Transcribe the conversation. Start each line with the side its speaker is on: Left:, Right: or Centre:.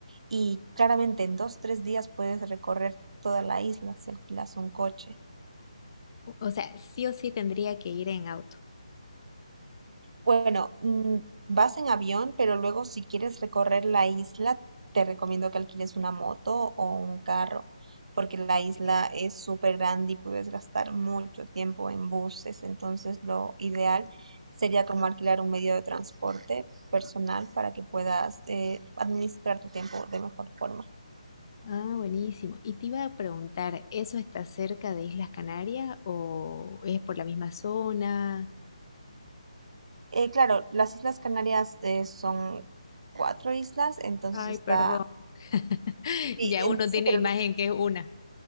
Right: Y claramente en dos, tres días puedes recorrer toda la isla si alquilas un coche.
Left: O sea, sí o sí tendría que ir en auto.
Right: Bueno, mm, vas en avión, pero luego si quieres recorrer la isla, te recomiendo que alquiles una moto o un carro, porque la
Left: Ok.
Right: isla es súper grande y puedes gastar mucho tiempo en buses, entonces lo ideal sería como alquilar un medio de transporte personal para que puedas eh, administrar tu tiempo de mejor forma.
Left: Ah, buenísimo. Y te iba a preguntar, ¿eso está cerca de Islas Canarias o es por la misma zona?
Right: Eh, claro, las Islas Canarias eh, son cuatro islas, entonces
Left: Ay,
Right: está...
Left: perdón. <laughs>
Right: Sí,
Left: Ya uno
Right: en- sí,
Left: tiene
Right: pero
Left: imagen
Right: no-
Left: que es una.